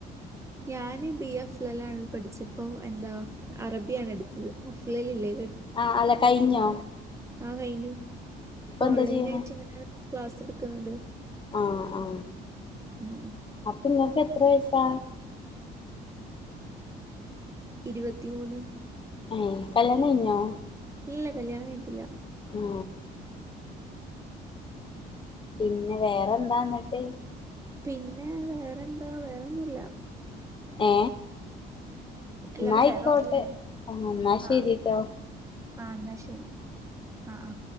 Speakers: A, on the right; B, on the left.
A: ഞാന് ബി അഫ്ലലണ് പഠിച്ച ഇപ്പം എന്താ അറബിയാണ് എടുത്തത് അഫ്ലല ഇല്ലേ
B: ആഹ അതാ കഴിഞ്ഞോ
A: ആഹ കഴിഞ്ഞു ഇപ്പൊ
B: എന്താ
A: ഓൺലൈൻയിട്ട്
B: ചെയ്യണേ
A: ഇങ്ങനെ ക്ലാസ് എടുക്കുന്നുണ്ട്
B: ആ ആ
A: ഉം
B: നിങ്ങക്ക് എത്ര വയസാ
A: ഇരുപത്തി മൂന്ന്
B: അ കല്യാണം കഴിഞ്ഞോ
A: ഇല്ല കല്യാണം കഴിഞ്ഞിട്ട്ല്ല
B: ആ പിന്നെ വേറെന്താന്നിട്ട്
A: പിന്നെ വേറെന്താ വേറെന്നുല്ല
B: ഏ
A: അല്ല
B: എന്ന ആയിക്കോട്ടെ
A: വേറൊന്നുല്ല
B: ആഹ എന്നാ
A: ആ
B: ശെരിട്ടോ
A: ആ എന്നാ ശരി ആഹ ആഹ